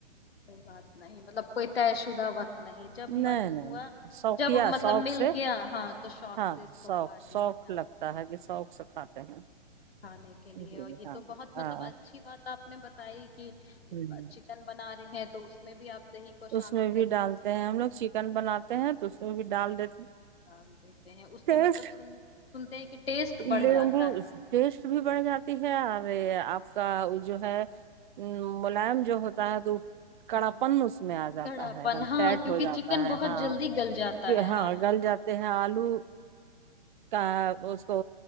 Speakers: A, on the left; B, on the right.
A: کوئی بات نہیں مطلب کوئیتا ہے اسہ وقت نہیں جب
B: نہیں
A: من
B: نہیں
A: ہوا
B: شوقیہ
A: جب مطلب
B: شوق
A: مل
B: سے
A: گیا ہاں تو شوق
B: ہاں
A: سے اس کو
B: شوق
A: کھا لے
B: شوق
A: ہ
B: لگتا ہے کہ شوق سے کھاتے ہیں
A: کھانے کے لیے
B: جی
A: اور یہ
B: ہاں
A: تو بہت مطلب
B: ہاں
A: اچھی بات آپ نے بتائی کہ
B: ہ
A: چکن بنا ہیں تو اس میں بھی آپ دہی کو شامل
B: اس میں
A: کرتی
B: بھی ڈالتے ہیں ہم لوگ چکن بناتے ہیں تو اس میں بھی ڈال دیتے ہیں
A: ہاں کہتے ہیں اس
B: ٹیسٹ
A: سے مطلب سن سنتے ہیں کہ ٹیسٹ بڑھ
B: لیمبو
A: جاتا ہے
B: ٹیسٹ بھی بڑھ جاتی ہے آپ کا جو ہے ملائم جو ہوتا ہے تو کڑاپن
A: ہاں ہاں
B: اس میں آ جاتا
A: کڑا
B: ہے
A: پن
B: ایک دم
A: ہاں
B: ٹیائٹ
A: کیونکہ
B: ہو جاتا
A: چکن
B: ہے
A: بہت
B: ہاں
A: جلدی گل جاتا ہے
B: ہاں گل جاتے ہیں آلو کا اس کو